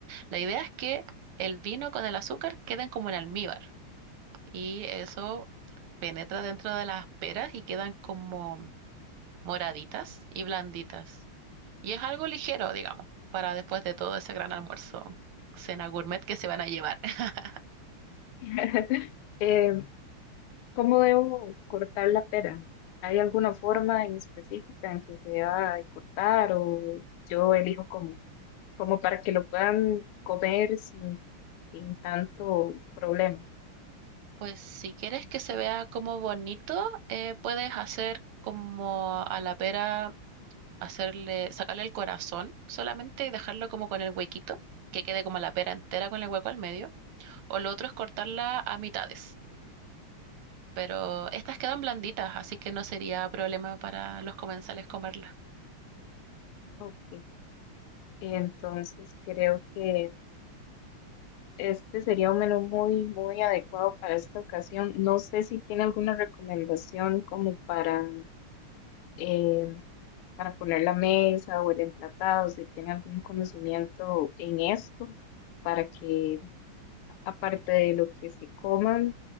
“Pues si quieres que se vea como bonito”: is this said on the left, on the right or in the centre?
Right